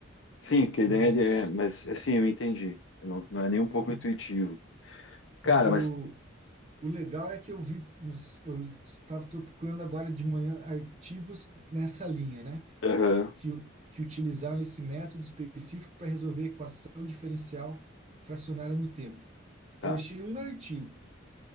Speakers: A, on the left; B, on the right.
A: Sim, que a
B: Mas,
A: ideia é, mas assim, eu entendi. Não, não
B: entendeu,
A: é nem um pouco
B: né?
A: intuitivo. Cara,
B: Mas o,
A: mas.
B: o legal é que eu vi, uns, eu estava tô procurando agora de manhã artigos nessa linha, né?
A: Aham,
B: Que, u- que utilizaram esse método específico para resolver a equação diferencial fracionária no tempo.
A: tá.
B: Eu achei um artigo